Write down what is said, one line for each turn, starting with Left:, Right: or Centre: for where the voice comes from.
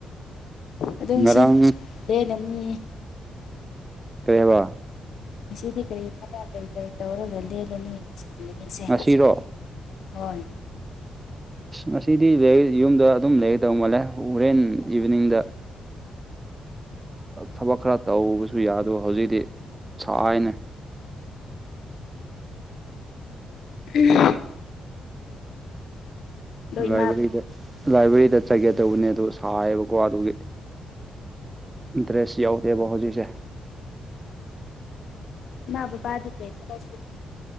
Left: ꯑꯗꯨꯒꯤ
Right: ꯉꯔꯥꯡ
Left: ꯁꯤꯗꯤ ꯂꯦꯜꯂꯅꯤ
Right: ꯀꯔꯤ ꯑꯕ
Left: ꯉꯁꯤꯗꯤ ꯀꯔꯤ ꯊꯕꯛ ꯀꯔꯤ ꯀꯔꯤ ꯇꯧꯔꯒ ꯂꯦꯜꯂꯅꯤ ꯉꯁꯤꯒꯤ ꯅꯨꯃꯤꯠꯁꯦ
Right: ꯉꯁꯤꯔꯣ
Left: ꯍꯣꯏ
Right: ꯑꯁ ꯉꯁꯤꯗꯤ ꯂꯩ ꯌꯨꯝꯗ ꯑꯗꯨꯝ ꯂꯩꯒꯗꯧ ꯃꯥꯜꯂꯦ ꯍꯣꯔꯦꯟ ꯏꯚꯤꯅꯤꯡꯗ ꯊꯕꯛ ꯈꯔ ꯇꯧꯕꯁꯨ ꯌꯥꯗꯕ ꯍꯧꯖꯤꯛꯇꯤ ꯁꯥꯏꯅꯦ
Left: <unintelligible> ꯑꯗꯣ ꯏꯃꯥ
Right: ꯂꯥꯏꯕ꯭ꯔꯦꯔꯤꯗ ꯂꯥꯏꯕ꯭ꯔꯦꯔꯤꯗ ꯆꯠꯒꯦ ꯇꯧꯕꯅꯦ ꯑꯗꯨ ꯁꯥꯏꯌꯦꯕꯀꯣ ꯑꯗꯨꯒꯤ ꯗ꯭ꯔꯦꯁ ꯌꯥꯎꯗꯦꯕ ꯍꯧꯖꯤꯛꯁꯦ
Left: ꯏꯃꯥ ꯕꯕꯥꯗꯤ ꯀꯩ ꯊꯕꯛ ꯁꯨꯏ